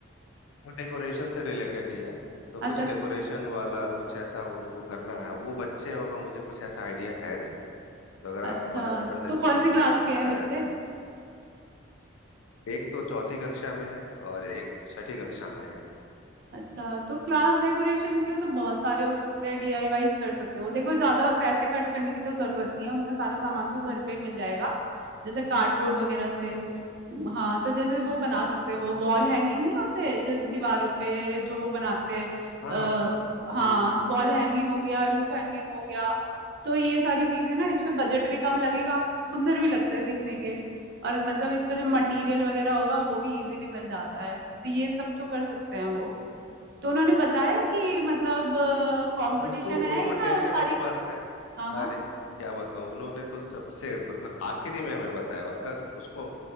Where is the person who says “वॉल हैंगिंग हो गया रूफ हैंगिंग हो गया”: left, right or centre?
Right